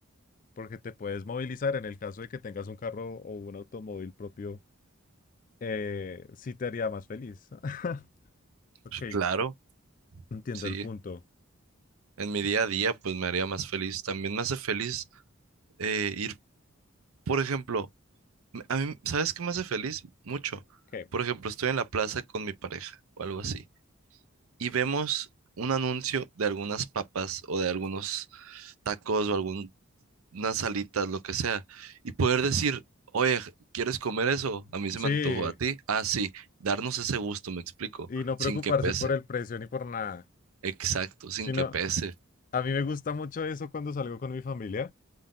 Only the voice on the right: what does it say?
Pues, Claro,
sí.
En mi día a día, pues me haría más feliz. También me hace feliz eh, ir, por ejemplo, m- a mí, ¿sabes qué me hace feliz? Mucho.
Por ejemplo, estoy en la plaza con mi pareja o algo así y vemos un anuncio de algunas papas o de algunos tacos o algunas salitas, lo que sea, y poder decir, oye, ¿quieres comer eso? A mí se
me antojó a ti. Ah, sí, darnos ese gusto, me explico,
sin
que pese.
Exacto, sin
que pese.